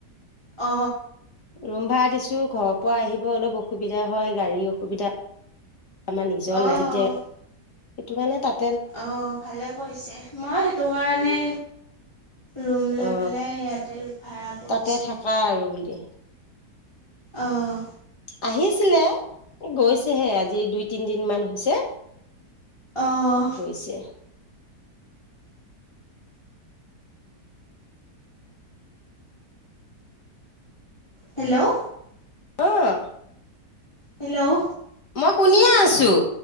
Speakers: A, on the left; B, on the left.
A: অ
B: ৰুম ভাড়া দিছোঁ ঘৰৰ পৰা আহিব অলপ অসুবিধা হয় গাড়ীৰ অসুবিধা। আমাৰ নিজৰ
A: অ',
B: নাই যেতিয়া সেইটো কাৰণে তাত।
A: অ ভালে কৰিছে, মই সেইটো কাৰণে। ৰুম লৈ
B: অ
A: পেলাই ইয়াতে ভাড়া বহিছোঁ
B: তাতে থাকা আৰু বুলি
A: অ',
B: আহিছিলে গৈছেহে আজি দুই তিনিদিন মান হৈছে।
A: অ',
B: গৈছে।
A: হেল্ল'
B: অ
A: হেল্ল'
B: মই শুনিয়ে আছোঁ।